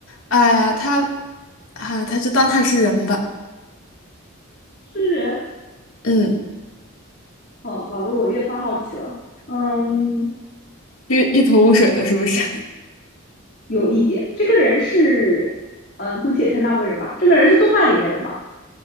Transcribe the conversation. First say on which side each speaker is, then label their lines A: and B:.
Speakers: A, on the left; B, on the left.
A: 哎呀，他，啊，他就当他是人吧，
B: <laughs> 是人。
A: 嗯，
B: 哦，搞得我越发好奇了。嗯，
A: 一一头雾水的，是不是？
B: 有一点，这个人是，嗯、姑且称他为人吧。这个人是动漫里面的嘛？